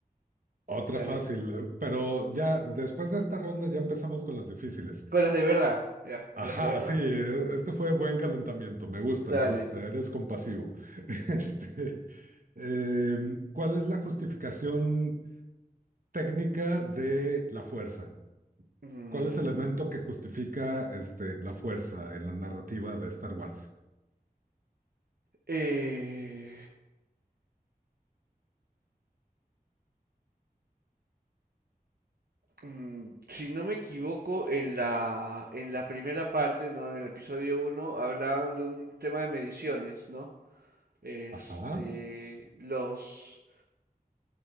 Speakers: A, on the right; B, on the right.
A: Otra
B: Dale.
A: fácil, pero ya después de esta ronda ya empezamos con las difíciles.
B: Con las de verdad. Ya,
A: Ajá,
B: con las de verdad.
A: sí, e- este fue buen calentamiento. Me gusta,
B: Dale.
A: me gusta. Eres compasivo. <laughs> Este, em, ¿cuál es la justificación técnica de la fuerza?
B: Mm,
A: ¿Cuál es el elemento que justifica este, la fuerza en la narrativa de Star Wars?
B: eh, mm, si no me equivoco, en la, en la primera parte, ¿no? En el episodio uno, hablaban de un tema de mediciones, ¿no? Este,
A: Ajá.
B: los,